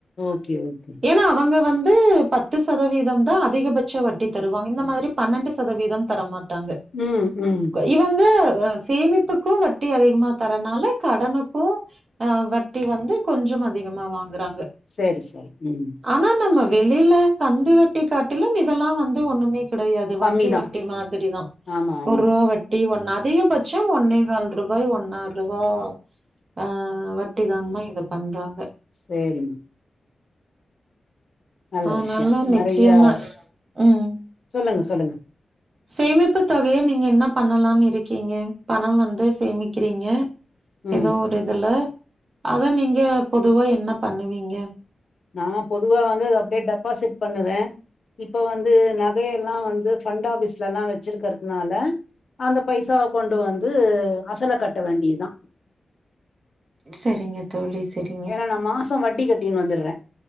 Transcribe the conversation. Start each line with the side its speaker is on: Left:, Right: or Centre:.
Left: ஓகே ஓகே
Right: ஏனா அவங்க வந்து பத்து சதவீதம் தா அதிகபட்ச வட்டி தருவாங்க இந்த மாத்ரி பன்னெண்டு சதவீதம் தரமாட்டாங்க
Left: ம் ம்
Right: இவங்க சேமிப்புக்கு வட்டி அதிகமா தரனால கடனுக்கு ஆ வட்டி வந்து கொஞ்சம் அதிகமா வாங்குறாங்க
Left: சேரி சேரி ம்
Right: ஆனா நம்ம வெளில கந்து வட்டி காட்டிலும் இதெல்லா வந்து ஒண்ணுமே கிடையாது
Left: கம்மி
Right: வங்கி
Left: தான்.
Right: வட்டி மாதிரிதா
Left: ஆமா, ஆமா.
Right: ஒரூவா வ ட்டி ஒன் அதிகபட்சம் ஒன்னேகால் ரூபாய் ஒன்னாறுவா ஆ வட்டி வாங்னா இது பண்றாங்க
Left: சேரிம்மா நல்ல
Right: அதனால
Left: விஷ்யோ நறையா
Right: நிச்சயமா ம்.
Left: சொல்லுங்க சொல்லுங்க
Right: சேமிப்பு தொகைய நீங்க என்ன பண்ணலான் இருக்கிங்க பணம் வந்து சேமிக்கிறிங்க
Left: ம்.
Right: எதோ ஒரு இதுல அத நீங்க பொதுவா என்ன பண்ணுவீங்க
Left: நா பொதுவா வந்து அத அப்டே டெபாசிட் பண்ணுவே இப்ப வந்து நகையெல்லா வந்து ஃபண்ட் ஆஃபிஸ்லலா வச்சிருக்கற்துனால அந்த பைசாவ கொண்டு வந்து அசல கட்ட வேண்டிதா
Right: செரிங்க தோழி செர்
Left: ஏனா நா மாசோ வட்டி கட்டின் வந்துறே